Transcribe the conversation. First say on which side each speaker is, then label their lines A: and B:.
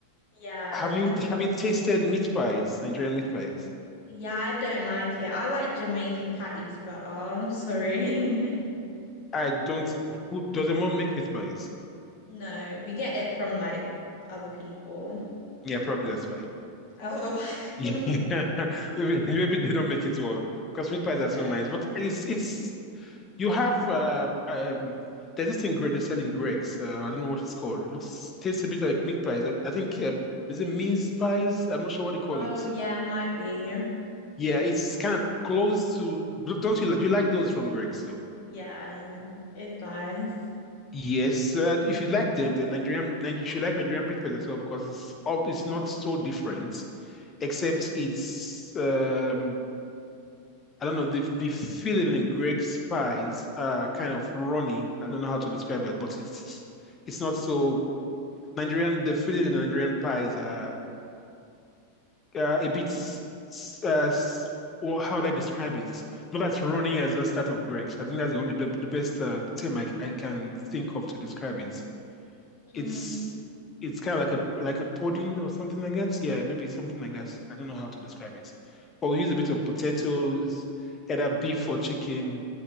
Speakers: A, on the left (about 45°); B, on the left (about 25°).
A: Yeah,
B: Have
A: definitely.
B: you have you tasted meat pies, Nigerian meat pies?
A: Yeah, I don't like it. I like Jamaican patties, but oh, I'm sorry. <laughs>
B: I don't. Who, does your mom make meat pies?
A: No, we get it from like other people.
B: Yeah, probably that's why.
A: Oh.
B: Yeah.
A: <laughs>
B: <laughs> Maybe, maybe they don't make it well because meat pies
A: Yeah.
B: are so nice. But it's it's you have uh, um there's this thing great they sell in Greg's. Uh, I don't know what it's called.
A: Oh.
B: It looks tastes a bit like meat pies. I, I think uh, is it mince pies? I'm not sure what they call
A: Oh,
B: it.
A: yeah, might be.
B: Yeah, it's kind of close to. Don't you like, do you like those from Greg's
A: Yeah, it's nice.
B: Yes, uh, if you like them, then Nigerian, Nige- you should like Nigerian breakfast as well because it's all it's not so different, except it's um I don't know the the filling in Greg's pies are kind of runny. I don't know how to describe that, but it's it's not so Nigerian. The filling in Nigerian pies are uh, a bit s- s- uh, s- or how would I describe it? Not as runny as the start of Greg's. I think that's the only the, the best uh, term I, I can think of to describe it.
A: Mm.
B: it's it's kind of like a like a pudding or something like that. Yeah, maybe something like that. I don't know how to describe it. But we use a bit of potatoes, either beef or chicken,